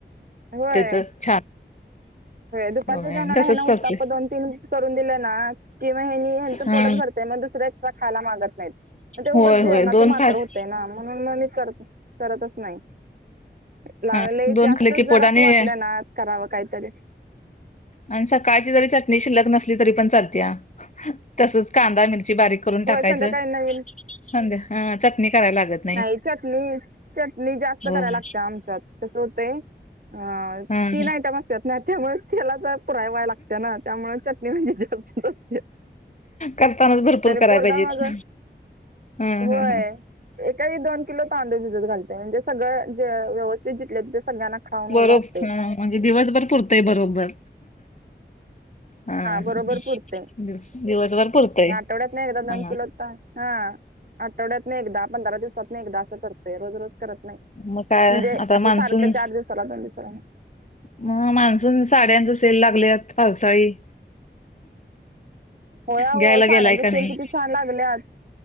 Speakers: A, on the right; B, on the left.
A: होय
B: त्याच छान
A: दुपारच्या
B: होय
A: जेवणाला
B: तसच
A: म्हणा
B: करते
A: उत्तापा दोन, तीन करून दिले ना, की मेनी ह्यांचं
B: हा
A: पोटच भरतय मग दुसरे एक्स्ट्रा खायला मागत नाहीत मग ते उगच
B: होय
A: जेवणाचं
B: होय दोन
A: मात्र
B: खास
A: होतय. ना म्हणून मग मी कर करतच नाही लावले
B: हा दोन
A: जास्तच
B: खाल्ले की
A: जरा
B: पोटाने
A: असं वाटलं ना करावं काहीतरी,
B: आणि सकाळची जरी चटणी शिल्लक नसली तरी पण चालत्या तसच कांदा, मिरची बारीक, करून टाकायच
A: होय संध्याकाळी नवीन
B: संध्या हा चटणी कराय लागत
A: नाही चटणी, चटणी जास्त
B: होय
A: करायला लागते आमच्यात कसं होतंय? हा
B: ह
A: तीन आयटम असतात ना त्यामुळे त्याला पुराय व्हायला लागते ना त्यामुळे च मी म्हणजे <unintelligible>
B: करतानाच भरपूर
A: आणि
B: कराय
A: पोरगा
B: पाहिजेत.
A: माझा
B: हम
A: होय.
B: हम ह
A: एकावेळी दोन किलो तांदूळ भिजत घालते म्हणजे सगळं म्हणजे व्यवस्थित जिथल्या तिथे सगळ्यांना खाऊन
B: बरोब
A: राहते.
B: हा म्हणजे दिवसभर पुरतंय बरोबर... हा
A: बरोबर
B: ह ह
A: पुरतंय.
B: दिवसभर पुरतंय.
A: आठवड्यातनं एकदा दोन
B: हा
A: किलो ता हा आठवड्यातन एकदा, पंधरा दिवसातन एकदा, असं करतोय. रोज रोज करत नाही.
B: मग काय
A: म्हणजे
B: आता
A: असं
B: मान्सून
A: सारखं चार दिवसाला, दोन दिवसाला नाही.
B: मग मान्सून साड्यांचा सेल लागल्यात पावसाळी
A: होय अहो
B: घ्यायला
A: साड्यांचा
B: गेलाय का
A: सेल
B: नाही?
A: किती छान लागल्यात.